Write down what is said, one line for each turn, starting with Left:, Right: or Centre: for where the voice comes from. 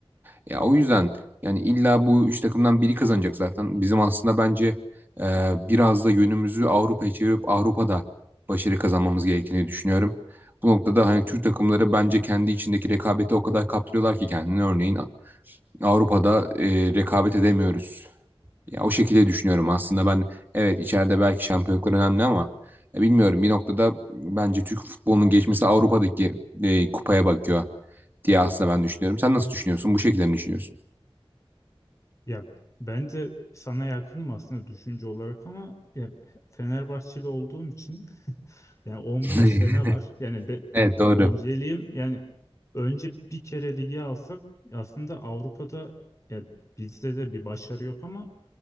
Right: Ya o yüzden yani illa bu üç takımdan biri kazanacak zaten. Bizim aslında bence e, biraz da yönümüzü Avrupa'ya çevirip Avrupa'da başarı kazanmamız gerektiğini düşünüyorum. Bu noktada hani Türk takımları bence kendi içindeki rekabeti o kadar kaptırıyorlar ki kendini. Örneğin Avrupa'da e, rekabet edemiyoruz. Ya o şekilde düşünüyorum aslında ben evet içeride belki şampiyonluklar önemli ama e, bilmiyorum bir noktada bence Türk futbolunun geçmesi Avrupa'daki e, kupaya bakıyor diye aslında ben düşünüyorum. Sen nasıl düşünüyorsun? Bu şekilde mi düşünüyorsun?
Left: Ya ben de sana yakınım aslında düşünce olarak ama ya Fenerbahçeli olduğum için yani 11
Right: <laughs>
Left: sene var. Yani be,
Right: Evet doğru.
Left: önceliğim yani önce bir kere ligi alsak aslında Avrupa'da ya bizde de bir başarı yok ama